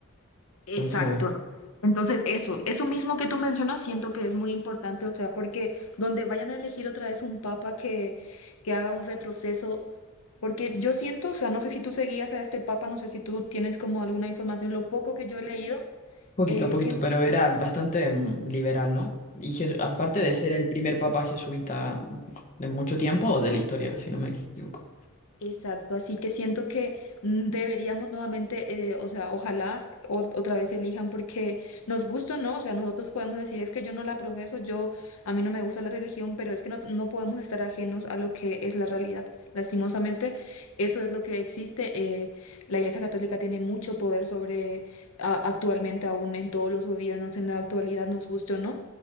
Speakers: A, on the left (about 80°); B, on the left (about 35°).
A: Exacto.
B: entonces...
A: Entonces, eso, eso mismo que tú mencionas, siento que es muy importante, o sea, porque donde vayan a elegir otra vez un papa que, que haga un retroceso, porque yo siento, o sea, no sé si tú seguías a este papa, no sé si tú tienes como alguna información, lo poco que yo he leído,
B: Poquito,
A: eh,
B: poquito,
A: siento,
B: pero era bastante mm, liberal, ¿no? Y Je- aparte de ser el primer papa jesuita de mucho tiempo o de la historia, si no me equivoco.
A: Exacto, así que siento que mm, deberíamos nuevamente, eh, o sea, ojalá o- otra vez elijan porque nos gusta o no, o sea, nosotros podemos decir es que yo no la profeso, yo a mí no me gusta la religión, pero es que no, no podemos estar ajenos a lo que es la realidad. Lastimosamente, eso es lo que existe. eh, la Iglesia Católica tiene mucho poder sobre a- actualmente aún en todos los gobiernos, en la actualidad, nos gusta, o no.